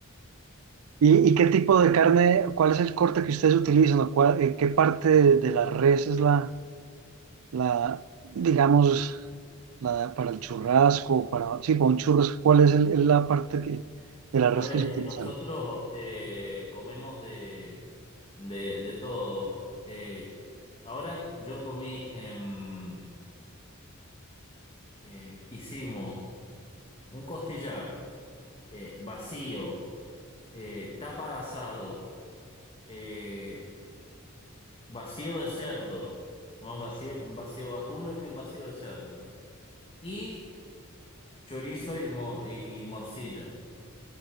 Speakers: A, on the right (about 80°); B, on the left (about 25°).
A: ¿Y, y qué tipo de carne, cuál es el corte que ustedes utilizan o cuál- eh, qué parte de, de la res es la, la, digamos, la, para el churrasco, para, sí, para un churrasco, cuál es el- el- la parte que, de la
B: A
A: res
B: ver,
A: que se
B: es
A: utiliza?
B: que nosotros eh, comemos de, de, de todo. Eh, ahora yo comí, em, eh, hicimos. Un costillar eh, vacío, eh, tapa de asado, eh, vacío de cerdo, ¿no? vacío, un vacío vacuno y un vacío de cerdo. Y chorizo y, mo- y morcilla.